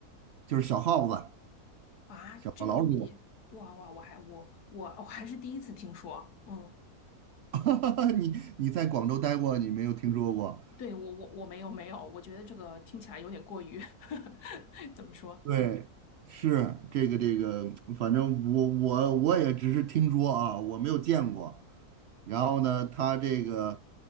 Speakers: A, on the right; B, on the left.
A: 就是小耗子、
B: 啊，
A: 小老鼠，
B: 这个东西，哇哇，我还我我我还是第一次听说。嗯，
A: <laughs> 你你在广州待过，你没有听说过？
B: 对，我我我没有没有，我觉得这个听起来有点过于 <laughs> 怎么说？
A: 对，
B: 嗯，
A: 是这个这个，反正我我我也只是听说啊，我没有见过。然后呢，他这个